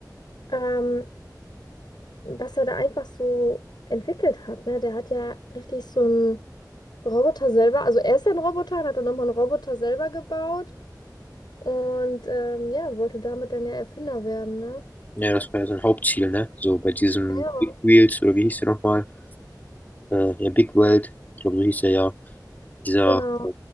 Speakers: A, on the left; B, on the left.
A: Ähm, was er da einfach so entwickelt hat, ne? Der hat ja richtig so einen Roboter selber, also er ist ja ein Roboter und hat dann nochmal einen Roboter selber gebaut und ähm, ja, wollte damit dann ja Erfinder werden, ne?
B: Ja, das war ja sein Hauptziel, ne? So bei diesem
A: Ja.
B: Big Wheels, oder wie hieß der nochmal? Äh, ja, Big World, ich glaube, so hieß er ja. Dieser
A: Genau.
B: äh,